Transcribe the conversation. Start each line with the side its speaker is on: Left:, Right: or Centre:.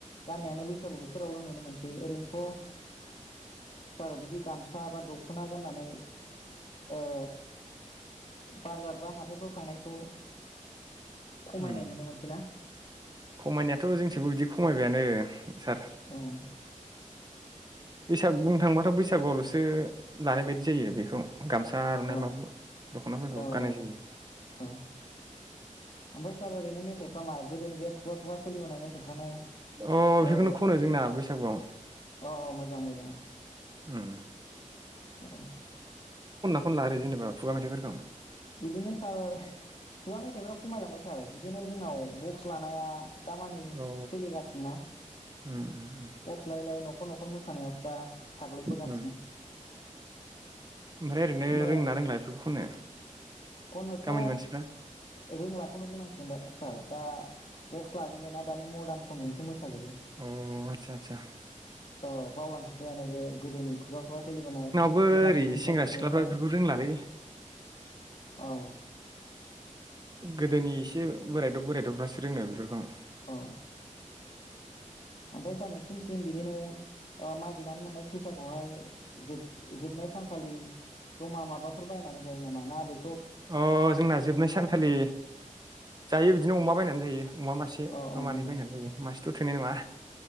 Left: गाननायानो बैसागु बोथोरावल नुनो मोनसै ओरैनोथ सार बिदि गामसा बा दखना गाननानै ओ बाजार बा हाथायफ्राव थांनायखौ खमायनाय
Right: ओम
Left: नुनो मोनसै ना
Right: खमायनायाथ जोंथिबो बिदि खमायबायानो सार
Left: अ <inaudible>
Right: बैसाग बुंनो थांबाथ बैसागुआवलसो लानाय बायदि जायो बेखौ गामसा आर'नाइ
Left: औ
Right: माबा दख'नाफोरखौ
Left: औ
Right: गाननाय
Left: औ
Right: जायो
Left: औ ओमफ्राय सार ओरैनो मेथाइ <unintelligible> गोदो बे खुगा खुगा सोलिबोनाय मेथ फ्रानो
Right: अ बेफोरखौनो
Left: ओह
Right: खनो जोंना बैसागुआव
Left: अ अ मोजां मोजां।
Right: ओम
Left: औ
Right: खनला ओरै जेनेबा खुगा मेथाइफोरखौ
Left: बिदिनो सार खुगा मेथाइफोरा खमायलांबाय सार बिदिनो जोंनाव बक्स लानाया दामानि
Right: औ
Left: सोलिगासिनोना
Right: उम उम उम
Left: बक्स लायै लायै न'खर न खर मोसानायासोदा साग्लोबबोगासिनो।
Right: उम ओमफ्राय ओरैनो
Left: होमबालाय
Right: रोंना रोंला बेफोरखौ खननो
Left: खननोथ'
Right: गामिनि मानसिफ्रा
Left: रोंलाखौनो बुंनांसिगोन दा सार दा बक्स लाजोब्बायना दानि मर्दान संजोंसो मो साजोबो
Right: अ आदसा आदसा
Left: औ बावलां खुब्बायानो बे गोदोनि खुगा खुगा सोलिबोनाय
Right: बो
Left: जेनाखि
Right: ओरै
Left: बैसागुनि
Right: सेंग्रा सिख्लाफ्रा
Left: मेथाइ
Right: बेफोरखौ रोंलालै
Left: औ
Right: गोदोनि एसे बोरायदब बोरायदबफ्रासो रोंङो बेफोरखौ
Left: औ ओमफ्राय सार नोंसिनिथिं बिदिनो ओ मागिनानै मोननाय फैसाखौहाय जोब जोबनाय सानखालि जमा माबाफोर बायनानै जायो नामा ना बे
Right: अ' जोंना जोबनाय सानखालि जायो बिदिनो अमा बायनानै जायो। अमा मासे
Left: औ
Right: बा
Left: औ
Right: मानै
Left: मोजां
Right: बायनानै जायो मासेथ' थोनाय नङा